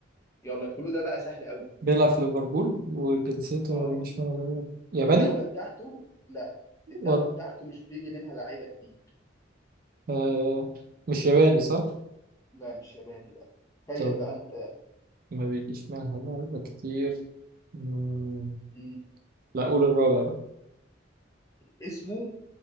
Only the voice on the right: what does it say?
بيلعب في ليفربول وجنسيته
ما بيجيش من ولا ياباني
و...
آه مش ياباني صح؟
طب
ما بيجيش منها لعيبة كتير مم،
لا قول الرابع بقى